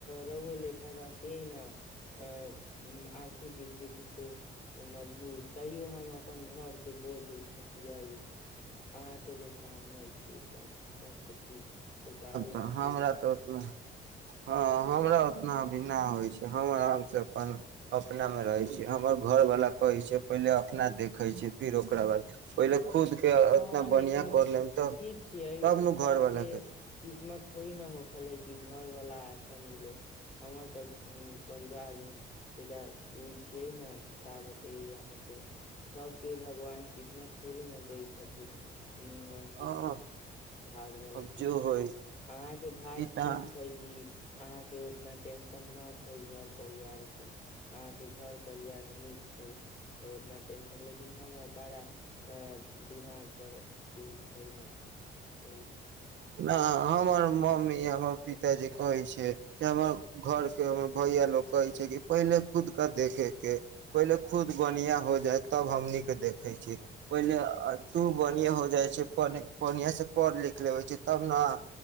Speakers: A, on the left; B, on the right.
A: रौआ लेखा रहतियै न अ आर आर्थिक स्थिति से मजबूत तैयो हम अपन घर के बोझ उठेतियै अहाँ अकेेलेखा हम नहि छियै तब तऽ तऽ दि देखाय लाग
B: तऽ
A: छै
B: हमरा
A: अहाँ
B: तऽ उतना हँ हमरा ओतनाभिन्ना होइत छै हम आरामसँ अपन अपनामे रहय छी हमर घरवला कहैत छै पहिले अपना देखय छै फिर ओकरा बाद पहिले खुद के
A: हँ
B: उतना
A: लेकिन
B: बढ़िया कर लेम तऽ
A: ठीक छियै
B: तब
A: सबके
B: ने घरवाला
A: किस्मत थोइ न हो खलै कि घर वाला अच्छा मिले हमर तऽ परिवार मे तरा उ छियै ने त का बताइयै यहाँ से सबके भगवान किस्मत थोड़ी ने दे छथिन नीमन किस्मत
B: हँ
A: भाग वला
B: अब
A: किस्मत
B: जो होइ
A: अहाँके भाग
B: ई
A: ठीक
B: तऽ
A: छै कि अहाँके ओतना टेंशन न छै घर परिवारके अहाँके घर परिवार नीक छै तऽ ओतना टेंशन लेकिन हमरा बड़ा दिमाग पर उ छै ने एहिसँ
B: न हमर मम्मी हमर पिताजी कहै छै से हमर घर के हमर भैया लोग कहै छै कि पहिले खुद के देखे के पहिले खुद बढ़िआं हो जाय तब हमनीके देखै छी पहिले तू बढ़िआँ हो जाइ छै बढ़िआ से पढ़ लिख लेबै छै तब न